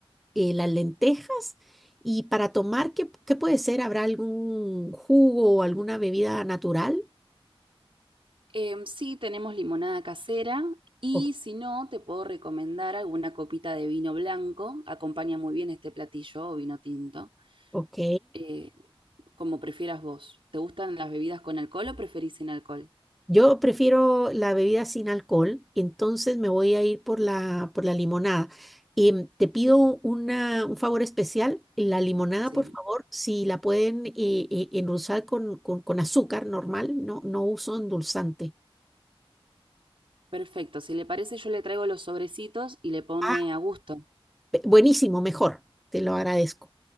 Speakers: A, in the centre; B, on the right.
A: eh, las lentejas. Y para tomar, ¿qué, qué puede ser? ¿Habrá algún jugo o alguna bebida natural?
B: Em, sí, tenemos limonada casera y
A: O-
B: si no, te puedo recomendar alguna copita de vino blanco. Acompaña muy bien este platillo o vino tinto,
A: ok.
B: eh, como prefieras vos. ¿Te gustan las bebidas con alcohol o preferís sin alcohol?
A: Yo prefiero la bebida sin alcohol, entonces me voy a ir por la, por la limonada. Em, te pido una, un favor especial, la limonada,
B: Sí.
A: por favor, si la pueden eh, eh, endulzar con, con, con azúcar normal, no, no uso endulzante.
B: Perfecto. Si le parece, yo le traigo los sobrecitos y le pone
A: Ah,
B: a gusto.
A: pe- buenísimo, mejor, te lo agradezco.